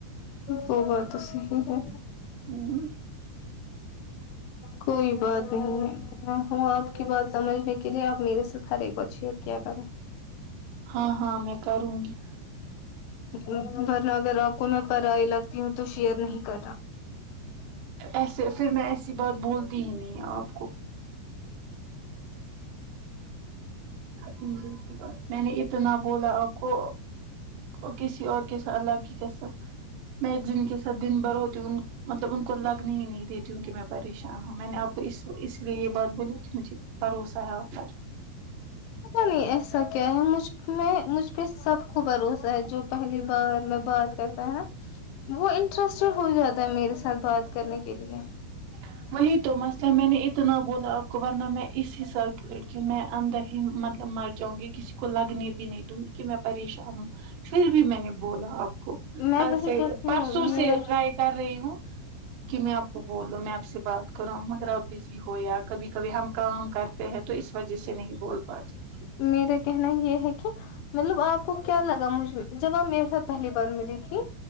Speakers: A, on the left (about 80°); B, on the right (about 70°).
A: وہ بات تو صحیح ہے
B: ہوں
A: کوئی بات نہیں ہوں آپ کی بات سمجھنے کے لیے آپ میرے ساتھ ہر ایک بات شیئر کیا کریں
B: ہاں ہاں میں کروں گی
A: ورنہ اگر آپ کو میں پرائی لگتی ہوں تو شیئر نہیں کر نا
B: ایسے پھر میں ایسی بات بولتی ہی نہیں آپ کو ج میں نے اتنا بولا آپ کو اور کسی اور کے ساتھ اللہ کی قسم میں جن کے ساتھ دن بھر ہوتی ہوں مطلب ان کو لگنی ہی نہیں دیتیوں کہ میں پریشان ہوں میں نے آپ کو اس اس لیے یہ بات بولی مجھے بھروسہ ہے اپ پر
A: پتا نہیں ایسا کیا ہے مجھ میں مجھ پہ سب کو بھروسہ ہے جو پہلی بار میں بات ہے وہ انٹرسٹڈ ہو جاتا ہے میرے ساتھ بات کرنے کے لیے
B: <unintelligible> وہی تو مسئلہ ہے میں نے اتنا بولا آپ کو ورنہ میں اس حساب لڑکی ہوں میں اندر ہی مطلب مر جاوں گی کسی کو لگنے بھی نہیں دوں گی کہ میں پریشان ہوں پھر بھی میں نے بولا آپ
A: میں
B: کل
A: وہی
B: سے
A: کہتی
B: پرسوں
A: ہوں میرا
B: سے ٹرائی کر رہی ہوں کہ میں آپ کو بول میں آپ سے بات کر رہا ہوں اگر آپ بزی ہو یا کبھی کبھی ہم کام کرتے ہیں تو اس وجہ سے نہیں بول پاتے <unintelligible>
A: میرا کہنا یہ ہے کہ مطلب آپ کو کیا لگا مجھ جب آپ میرے ساتھ پہلی بار ملی تھی